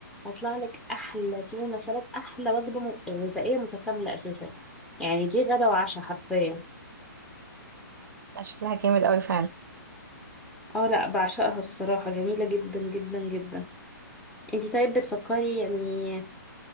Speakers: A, in the centre; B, on the right.
A: هيطلع لك احلى تونه سلطه احلى وجبه م- غذائيه متكامله اساسا يعني دي غدا وعشاء حرفيا
B: لا شكلها جامد أوي فعلا
A: اه لا بعشقها الصراحة جميلة جدا جدا جدا انتي طيب بتفكري يعني